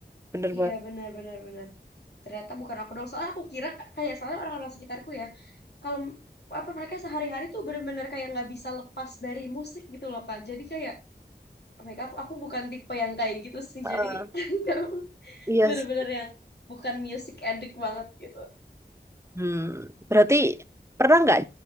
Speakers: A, on the right; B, on the left.
A: bener
B: Iya
A: banget
B: benar benar benar. Ternyata bukan aku dong. Soalnya aku kira kayak soalnya orang-orang sekitarku ya, kalau m- apa mereka sehari-hari tuh bener-bener kayak nggak bisa lepas dari musik gitu loh, Kak. Jadi kayak mereka aku, aku bukan tipe yang kayak gitu sih
A: Ah,
B: jadi <laughs>
A: iya
B: bener-bener
A: sih
B: yang bukan music addict banget gitu
A: Hmm, berarti pernah nggak